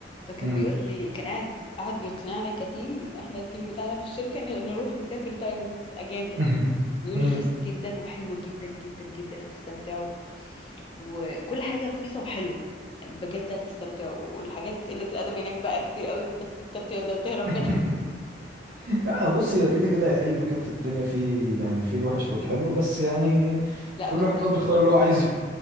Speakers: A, on the left (about 30°); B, on the right (about 50°).
A: فكان
B: امم
A: بيقول لي كان قاعد قاعد بيقنعنا كتيم احنا التيم بتاعنا في الشركة ن- نروح نسافر تايلاند اجازة
B: <laughs>
A: بيقول
B: امم
A: رخيصة جدا وحلوة جدا جدا جدا هتستمتعوا وكل حاجة رخيصة وحلوة بجد هتستمتعوا والحاجات قلة الأدب هناك بقى كتير قوي بس انت بتقدر تهرب
B: <laughs>
A: منها
B: آه، بص هي كده كده اي مكان في الدنيا فيه يعني فيه الوحش والحلو بس يعني
A: <laughs> لا
B: كل
A: بس
B: واحد
A: تايلاند
B: بقى بيختار اللي هو عايزه